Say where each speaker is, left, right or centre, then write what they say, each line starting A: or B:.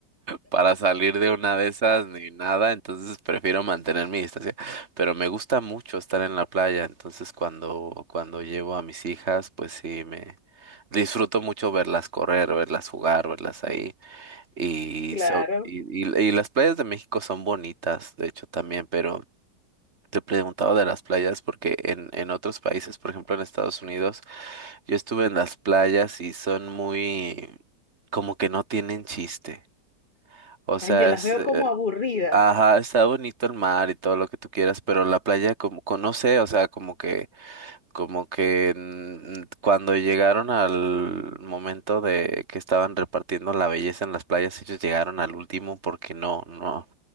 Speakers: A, on the right; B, on the left.
A: para salir de una de esas ni nada, entonces prefiero mantener mi distancia, pero me gusta mucho estar en la playa, entonces cuando, cuando llevo a mis hijas, pues sí, me disfruto mucho verlas correr, verlas jugar, verlas ahí. Y,
B: Claro.
A: so- y, y- y las playas de México son bonitas, de hecho también, pero te preguntaba de las playas porque en, en otros países, por ejemplo en Estados Unidos, yo estuve en las playas y son muy como que no tienen chiste. O sea,
B: Ay, yo las
A: es,
B: veo
A: eh,
B: como aburridas.
A: ajá, está bonito el mar y todo lo que tú quieras, pero la playa como, co- no sé, o sea, como que, como que mm, mm, cuando llegaron al momento de que estaban repartiendo la belleza en las playas, ellos llegaron al último porque no, no.